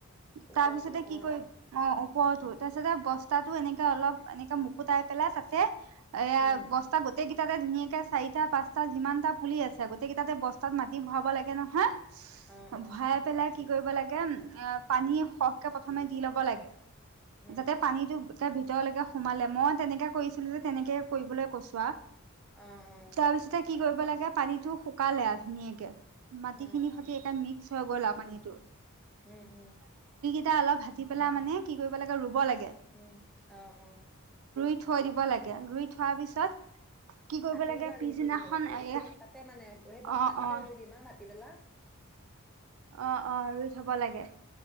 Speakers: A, in the centre; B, on the right (about 70°).
A: ওপৰতো
B: তাৰ পিছতে কি
A: অ
B: কৰিম অ ওপৰটোত? তাৰপিছতে বস্তাটো এনেকে অলপ এনেকে মুকুতাই পেলাই তাতে? এয়া
A: অ অ
B: বস্তা গোতেই গ। তাতে ধুনীয়াকে চাৰিটা পাঁচটা যিমানটা পুলি আছে গোটেইকেই তাতে বস্তা? তাত মাটি বৰাব লাগে নহয়?
A: অ অ
B: ভাইয় পেলাই? কি কৰিব লাগে পানী সহকে প্ৰথমে দি ল'ব লাগে?
A: উম
B: যাতে
A: উম
B: পানীতটো এ। তেওঁলকে সোমালে মই তেনেকে কৰিছিলো যে তেনেকে কৰিবলৈ কৈছো আ।
A: অ অ
B: তাৰপিছতে কি কৰিব? লাগে পানীতো শুকালে আছে? ধুনীয়া কে। মাটিখিনিৰ
A: অ অ
B: সৈ একে মিক্স। থৈ গ'লা পানীতো?
A: উম উ
B: এটা অলপ ভাটি পেলা মানে কি কৰিব লাগে ৰুব লাগে?
A: উম অহ অহ।
B: ৰুই থৈ দিব লাগে ৰুই থোৱাৰ পিছত কি কৰিব
A: কাটি
B: লাগে
A: পেলাই ৰুই
B: পিছদিনাখন
A: থৈ দিব লাগিব
B: এ
A: তাতে মানে সেই বস্তু
B: অ অ
A: তাততে ৰুই দিম আবাদ ৰাতি বেলা
B: অ অ ৰুই থব লাগে